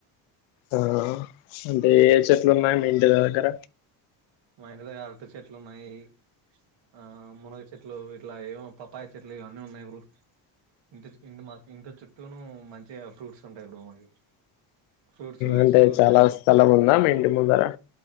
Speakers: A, on the left (about 80°); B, on the right (about 65°).
A: ఆ అంటే ఏ చెట్లు ఉన్నాయి మీ ఇంటి దగ్గర
B: మా ఇంటి దగ్గర అరటి చెట్లు ఉన్నాయి ఆ మునగ చెట్లు అట్లా ఏవో పపాయి చెట్లు ఇవన్నీ ఉన్నాయి బ్రో ఇంటి చ్ ఇంటి చుట్టూ మా ఇంటి చుట్ లోను మంచిగా ఫ్రూట్స్ ఉంటాయి బ్రో మాకి. ఫ్రూట్స్ వెజిటేబుల్స్
A: అంటే చాలా
B: అన్ని
A: స్థలం ఉందా మీ ఇంటి ముందర